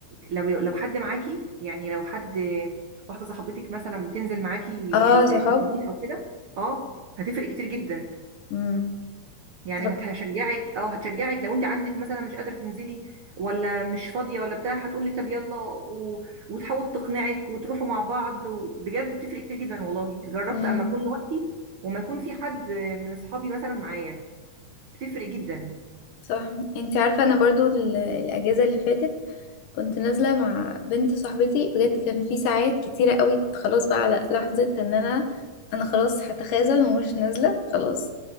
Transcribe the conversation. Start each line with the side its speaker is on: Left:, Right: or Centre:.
Right: لو لو حد معاكي يعني لو حد واحده صاحبتك مثلا بتنزل معاكي
Left: اه
Right: التمرين
Left: صحاب
Right: او كده اه هتفرق كتير جدا
Left: امم
Right: يعني
Left: تفك...
Right: هت- هشجعك اه هتشجعك لو انت عندك مثلا مش قادره تنزلي ولا مش فاضيه ولا بتاع هتقول لك طب يلا و... وتحاول تقنعك وتروحوا مع بعض بجد بتفرق كتير جدا والله جربت
Left: امم
Right: اما اكون لوحدي وما يكون في حد من اصحابي مثلا معايا بتفرق جدا
Left: صح انتي عارفة انا برضو ال- الاجازة اللي فاتت كنت نازلة مع بنت صاحبتي بجد كان في ساعات كتيرة قوي كنت خلاص بقى على لحظة ان انا انا خلاص هتخاذل ومش نازلة خلاص